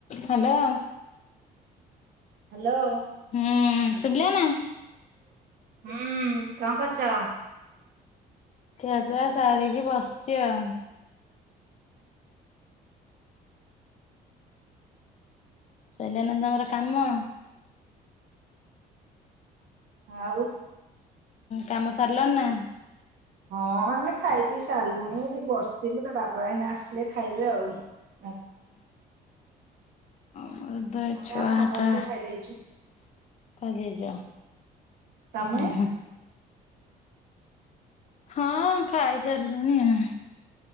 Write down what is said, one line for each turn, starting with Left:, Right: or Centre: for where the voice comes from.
Left: Hello.
Right: Hello.
Left: ହୁଁ ଶୁଭିଲା ନା?
Right: ହୁଁ କ କରୁଛ?
Left: ଖିଆ ପିଆ ସାରିକି ବସିଛି ଆଉ। ସଇଲାନା ତମର କାମ?
Right: ଆଉ
Left: କାମ ସାରିଲଣି ନା?
Right: ହଁ ଆମେ ଖାଇ ପିଇ ସାରିଲୁଣି ଟିକେ ବସିଥିଲୁ ତା ବାବା ଏଇନା ଆସିଲେ ଖାଇବେ ଆଉ। ଆ
Left: ମୋର ତ ଏଇ
Right: ଆମେ
Left: ଛୁଆ
Right: ଆଉ ସମସ୍ତେ
Left: ହାଟା
Right: ଖାଇଦେଇଛୁ।
Left: ତା ଜେଜ
Right: ତମେ?
Left: ଉଁ ହୁଁ। ହଁ ଖାଇ ସାରିଲୁଣି ଆଉ।